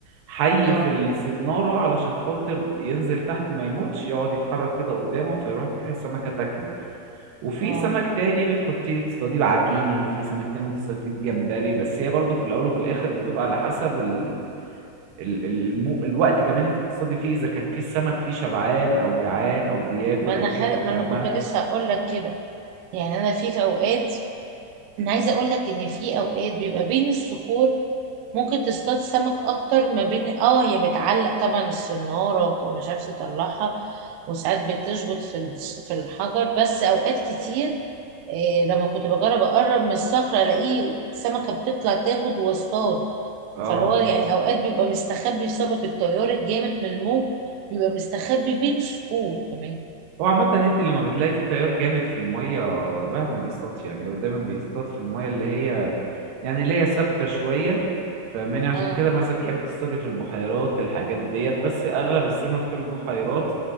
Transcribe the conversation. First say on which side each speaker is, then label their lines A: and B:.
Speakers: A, on the right; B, on the right.
A: حي
B: اه
A: في السنارة علشان خاطر ينزل تحت ما يموتش يقعد يتحرك كده قدامه فيروح تروح السمكة تاكله وفي
B: اه
A: سمك تاني بتحطيه تصطاديه بعجينة وفي سمك تاني بتصطاديه بجمبري بس هي برضه في الأول وفي الآخر بتبقى على حسب ال... ال... المو... الوقت كمان انت بتصطادي فيه إذا كان في السمك فيه شبعان أو جعان أو بياكل
B: ما انا
A: أو كده
B: ح... ما
A: فاهمة؟
B: انا كنت لسه هقول لك كده يعني انا في في اوقات انا عايزه اقول لك ان في اوقات بيبقى بين الصخور ممكن تصطاد سمك اكتر ما بين اه هي بتعلق طبعا السناره وبتبقى مش عارفه تطلعها وساعات بتشبط في الس- في الحجر بس اوقات كتير إيه لما كنت بجرب اقرب من الصخره الاقي سمكه بتطلع تاخد واصطاد
A: اه
B: فاللي هو يعني اوقات بيبقى مستخبي بسبب التيار الجامد من الموج بيبقى مستخبي بين الصخور كمان
A: هو عامة انت لما بتلاقي في تيار جامد في المية الواحد ما بيصطادش يعني هو دايما بيصطاد في المية اللي هي يعني اللي هي ثابتة شوية فاهماني عشان
B: اه
A: كده مثلا تحب تصطادي في البحيرات الحاجات ديت بس اغلب السمك في البحيرات